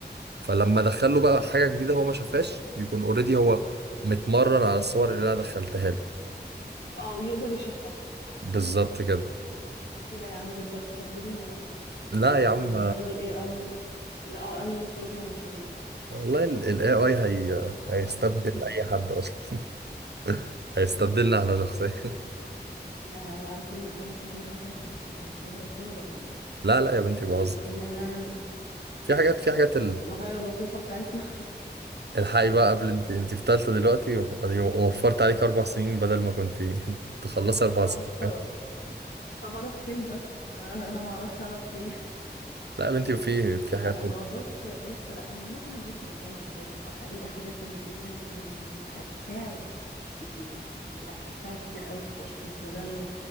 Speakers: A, on the right; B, on the left.
A: فلما ادخله بقى حاجه جديده هو ما شافهاش يكون اوريدي هو متمرن على الصور اللي انا دخلتها له
B: اه يقدر يشخص لك
A: بالظبط كده
B: ايه ده يا عم ده انتوا هتستبدلونا بقى
A: لا
B: يعني
A: يا عم
B: خلوا الاي اي الاي اي يطردنا من شغلنا
A: والله ال ال AI هي هيستبدل
B: <laughs>
A: أي حد أصلا <laughs> هيستبدلنا احنا شخصيا <laughs>
B: ايه ده يعني بعد كل الدراسة دي الواحد مش هيلاقي شغل ولا ايه
A: لا لا يا بنتي بهزر
B: ن- نعمل
A: في حاجات في حاجات ال-
B: نغير الوظيفة بتاعتنا
A: الحقي بقى قبل انت انت في تالتة دلوقتي و- أدي وفرت عليك أربع سنين بدل ما كنت <laughs> تخلصي
B: <laughs>
A: أربع
B: طب
A: سنين
B: طب طب اروح فين بس آه، انا ما اعرفش اروح فين
A: لا يا بنتي في في
B: لا
A: حاجات
B: هو بص بص لا ممكن نبص للجانب التاني هو حقيقي حاجات زي دي يعني هتساعد كتير لا هتساعد كتير قوي في التشخيص بدل